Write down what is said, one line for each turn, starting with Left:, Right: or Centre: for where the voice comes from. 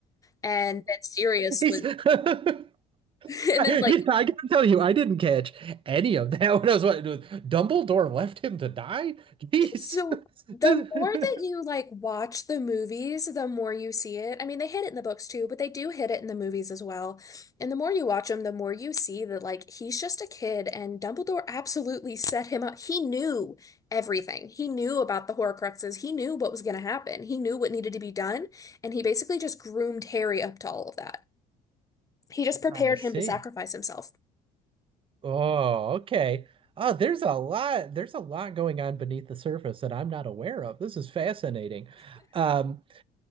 Left: And then Sirius
Right: He's-
Left: was,
Right: <laughs>
Left: <laughs> and then
Right: You
Left: like
Right: know, I gotta tell you, I didn't catch any of that <laughs> when I was watching. Dumbledore left him to die? Jeez.
Left: So
Right: <laughs> The-
Left: the more that you like watch the movies, the more you see it. I mean, they hit it in the books too, but they do hit it in the movies as well. And the more you watch them, the more you see that like he's just a kid and Dumbledore absolutely set him up. He knew everything. He knew about the Horcruxes. He knew what was going to happen. He knew what needed to be done, and he basically just groomed Harry up to all of that. He just
Right: <laughs>
Left: prepared
Right: I see.
Left: him to sacrifice himself.
Right: Oh, okay. Oh, there's a lot, there's a lot going on beneath the surface that I'm not aware of. This is fascinating. Um,